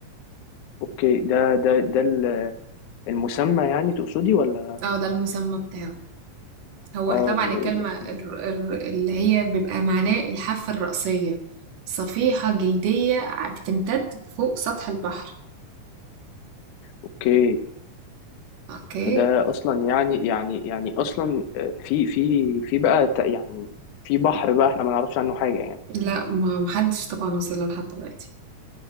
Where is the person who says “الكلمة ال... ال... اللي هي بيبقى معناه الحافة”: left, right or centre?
Right